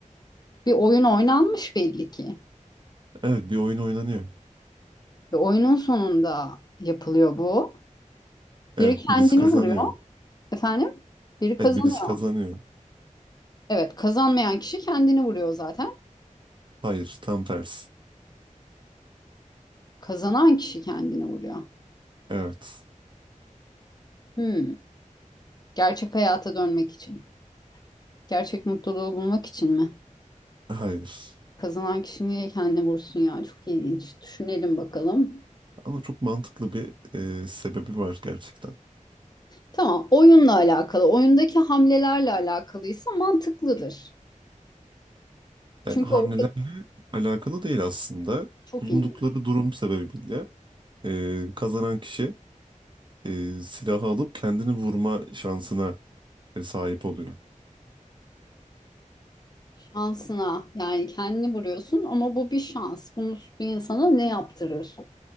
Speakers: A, on the left; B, on the right.
A: Bir oyun oynanmış belli ki.
B: Evet bir oyun oynanıyor.
A: Ve oyunun sonunda yapılıyor bu. Biri
B: Evet
A: kendini
B: birisi kazanıyor.
A: vuruyor. Efendim? Biri kazanıyor.
B: Evet birisi kazanıyor.
A: Evet, kazanmayan kişi kendini vuruyor zaten.
B: Hayır tam tersi.
A: Kazanan kişi kendini vuruyor.
B: Evet.
A: Hmm. Gerçek hayata dönmek için. Gerçek mutluluğu bulmak için mi?
B: Hayır.
A: Kazanan kişi niye kendini vursun ya? Çok ilginç. Düşünelim bakalım.
B: Ama çok mantıklı bir e, sebebi var gerçekten.
A: Tamam, oyunla alakalı, oyundaki hamlelerle alakalıysa mantıklıdır.
B: Yani
A: Çünkü
B: hamlelerle
A: orada
B: alakalı değil aslında.
A: çok
B: Bulundukları
A: iyi.
B: durum sebebiyle e, kazanan kişi e, silahı alıp kendini vurma şansına e, sahip oluyor.
A: Şansına yani kendini vuruyorsun ama bu bir şans. Bunu bir insana ne yaptırır?